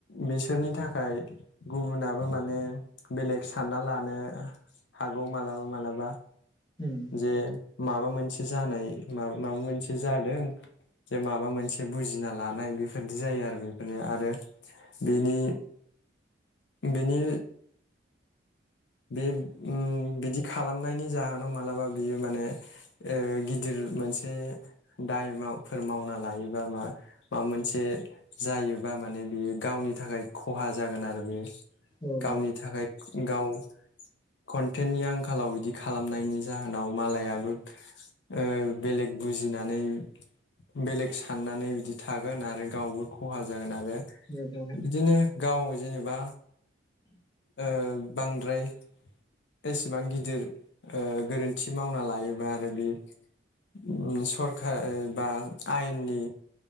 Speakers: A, on the left; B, on the left.
A: बिसोरनि थाखाय गुबुना माने बेलेग सानना लानो हागौ मालाबा मालाबा
B: उम
A: जे माबा मोनसे जानाय माबा माबा मोनसे जादों जे माबा मोनसे बुजिना लानाय बेफोरदि जायो आरो बेफोरनिया आरो बिनि बिनि बे उम बिदि खालामनायनि जाहोनाव मालाबा बियो माने गिदिर मोनसे दायफोर मावना लायोबा माबा मोनसे जायोबा माने बियो गावनि थाखाय खहा जागोन आरो बियो
B: औ
A: गावनि थाखाय गाव कन्टेननि आंखालाव बिदि खालामनायनि जाहोनाव मालायाबो ओ बेलेग बुजिनानै बेलेग साननानै बिदि थागोन आरो गावबो खहा जागोन आरो
B: मोजां
A: बिदिनो गाव जेनेबा ओ बांद्राय एसेबां गिदिर ओ गोरोन्थि मावना लायोबा आरो बे ओ सरखारा बा ओ आयेननि